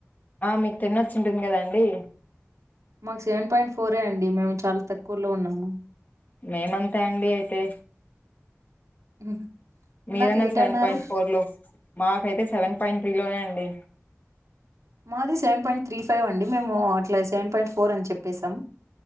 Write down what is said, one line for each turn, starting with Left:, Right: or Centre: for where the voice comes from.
Left: ఆ మీకు టెన్ వచ్చింటుంది గదండి
Right: మాకు సెవెన్ పాయింట్ ఫోరే అండి మేము చాలా తక్కువలో ఉన్నాము
Left: మేమంతే అండి అయితే
Right: <unintelligible>
Left: మీరన్న
Right: ఇందాక ఎయిట్
Left: సెవెన్
Right: అన్నారు.
Left: పాయింట్ ఫోర్ లో మాకైతే సెవెన్ పాయింట్ త్రీ లోనే అండి
Right: మాది సెవెన్ పాయింట్ త్రీ ఫైవ్ అండి మేము అట్లా సెవెన్ పాయింట్ ఫోర్ అని చెప్పేసాం